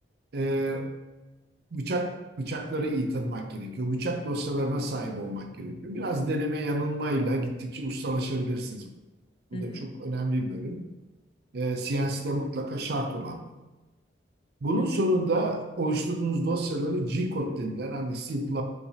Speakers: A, on the right; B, on the left.
A: Ee, bıçak bıçakları iyi tanımak gerekiyor. Bıçak dosyalarına sahip olmak gerekiyor. Biraz deneme yanılmayla gittikçe ustalaşabilirsiniz. Bu
B: Hı hı.
A: da çok önemli bir bölüm. Ee, CNC de mutlaka şart olan bir bunun
B: Hı hı.
A: sonunda oluşturduğunuz dosyaları G-Code denilen hani C++ gibi